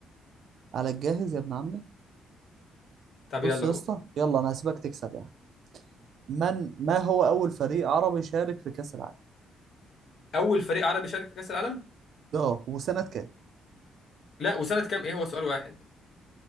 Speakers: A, on the right; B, on the left.
A: على الجاهز يا ابن عمي
B: طب
A: بص
B: يلا
A: يا
B: قول
A: اسطى يلا انا هسيبك تكسب يعني من ما هو اول فريق عربي شارك في كاس العالم
B: أول فريق عربي شارك في كأس العالم
A: اه وسنه كام
B: لا وسنة كام إيه هو سؤال واحد